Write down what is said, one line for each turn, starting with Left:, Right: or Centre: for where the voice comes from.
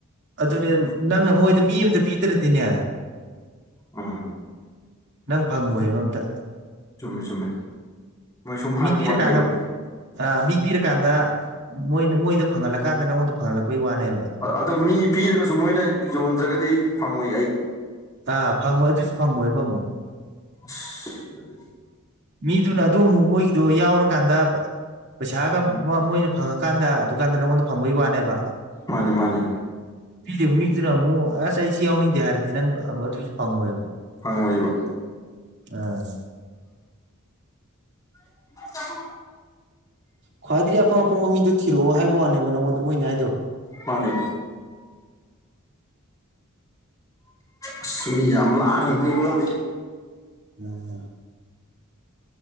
Right: ꯑꯗꯨꯅꯦ ꯅꯪꯅ ꯃꯣꯏꯗ ꯃꯤ ꯑꯃꯇ ꯄꯤꯗ꯭ꯔꯗꯤꯅꯦ
Left: ꯎꯝ
Right: ꯅꯪ ꯐꯪꯉꯣꯏꯕ ꯑꯝꯇ
Left: ꯆꯨꯝꯃꯦ ꯆꯨꯝꯃꯦ ꯃꯣꯏ ꯁꯨꯝ ꯍꯥꯏꯕ
Right: ꯃꯤ ꯄꯤꯔ
Left: ꯋꯥꯅꯦꯕ
Right: ꯀꯥꯟꯗ ꯑ ꯃꯤ ꯄꯤꯔꯀꯥꯟꯗ ꯃꯣꯏꯅ ꯃꯣꯏꯗ ꯐꯪꯍꯜꯂꯀꯥꯟꯗ ꯅꯪꯉꯣꯟꯗ ꯐꯪꯍꯜꯂꯛꯄꯩ ꯋꯥꯅꯦꯕ
Left: ꯑꯗꯣ ꯃꯤ ꯄꯤꯔꯒꯁꯨ ꯃꯣꯏꯅ ꯌꯣꯟꯗ꯭ꯔꯒꯗꯤ ꯐꯪꯉꯣꯏ ꯑꯩ
Right: ꯑꯥ ꯐꯪꯉꯣꯏ ꯑꯗꯨꯁꯨ ꯐꯪꯉꯣꯏꯕ ꯑꯃꯨꯛ
Left: ꯑꯁ ꯑꯗꯤ
Right: ꯃꯤꯗꯨꯅ ꯑꯗꯨ ꯑꯃꯨꯛ ꯃꯣꯏꯒꯤꯗꯣ ꯌꯥꯎꯔꯀꯥꯟꯗ ꯄꯩꯁꯥꯒ ꯃꯥ ꯃꯣꯏꯅ ꯐꯪꯉꯀꯥꯟꯗ ꯗꯨꯀꯥꯟꯗ ꯅꯪꯉꯣꯟꯗ ꯐꯪꯕꯒꯤ ꯋꯥꯅꯦꯕ
Left: ꯃꯥꯅꯤ ꯃꯥꯅꯤ
Right: ꯄꯤꯗꯨꯏꯕ ꯃꯤꯗꯨꯅ ꯑꯃꯨꯛ ꯑꯁ ꯑꯩꯁꯤ ꯌꯥꯎꯅꯤꯡꯗꯦ ꯍꯥꯏꯔꯗꯤ ꯅꯪ ꯑꯗꯨꯏꯁꯨ ꯐꯪꯉꯣꯏꯕ
Left: ꯐꯪꯉꯣꯏꯕ
Right: ꯑꯥ
Left: <unintelligible>
Right: ꯈ꯭ꯋꯥꯏꯗꯒꯤ ꯑꯄꯪ ꯑꯄꯪꯕ ꯃꯤꯗꯣ ꯊꯤꯔꯛꯑꯣ ꯍꯥꯏꯕ ꯋꯥꯅꯦꯕ ꯅꯉꯣꯟꯗ ꯃꯣꯏꯅ ꯍꯥꯏꯗꯣ
Left: ꯃꯥꯅꯦ ꯑꯁ ꯃꯤ ꯌꯥꯝ ꯂꯥꯡꯉꯤ ꯑꯈꯣꯏ ꯏꯃꯨꯡꯁꯤ
Right: <unintelligible>